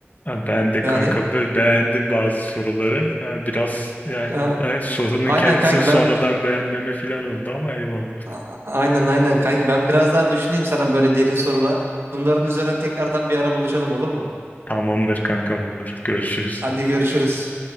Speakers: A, on the left; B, on the right.
A: ben de
B: Yani
A: kanka be- beğendim bazı soruları. Yani biraz yani
B: e,
A: e, sorunun
B: aynen
A: kendisini
B: kanki
A: sonradan
B: ben
A: beğenmeme falan oldu ama eyvallah.
B: A- a- Aynen aynen kanki ben biraz daha düşüneyim sana böyle derin sorular. Bunların üzerine tekrardan bir ara buluşalım olur mu?
A: Tamamdır kankam olur. Görüşürüz.
B: Hadi görüşürüz.